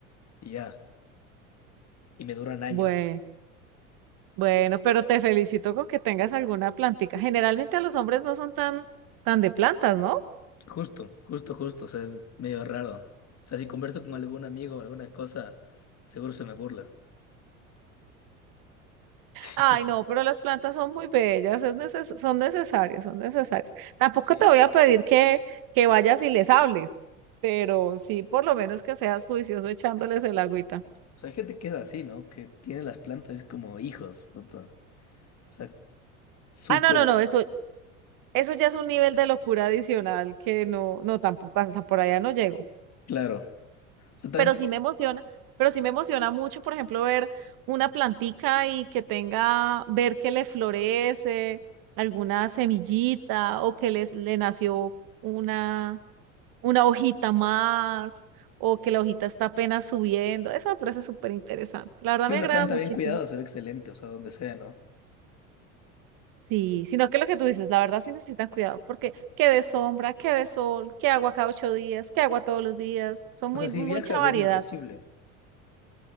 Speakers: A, on the left; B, on the right.
A: y ya, y me duran años.
B: Bueno, bueno, pero te felicito con que tengas alguna plantica. Generalmente a los hombres no son tan, tan de plantas, ¿no?
A: Justo, justo, justo, o sea, es medio raro. O sea, si converso con algún amigo o alguna cosa, seguro se me burla. <laughs> Sí.
B: Ay, no, pero las plantas son muy bellas, es neces- son necesarias, son necesarias. Tampoco
A: Sí,
B: te voy a pedir que, que vayas y les hables, pero sí por lo menos que seas juicioso echándoles el agüita.
A: o sea, hay gente que es así, ¿no? Que tiene las plantas como hijos, puta. O sea, súper
B: Ah, no, no, no, eso, eso ya es un nivel de locura adicional que no, no, tampoco hasta por allá no llego.
A: claro. O sea, también,
B: pero sí
A: o-
B: me emociona, pero sí me emociona mucho, por ejemplo, ver una plantica y que tenga, ver que le florece alguna semillita o que les, le nació una, una hojita más o que la hojita está apenas subiendo. Eso me parece súper interesante. La verdad
A: si
B: me
A: una
B: agrada
A: planta
B: muchísimo.
A: bien cuidada se ve excelente, o sea, donde sea, ¿no?
B: Sí, sino que lo que tú dices, la verdad sí necesitan cuidado, porque que de sombra, que de sol, que agua cada ocho días, que agua todos los días, son
A: O
B: muy,
A: sea, si
B: mucha
A: viajas
B: variedad.
A: es imposible.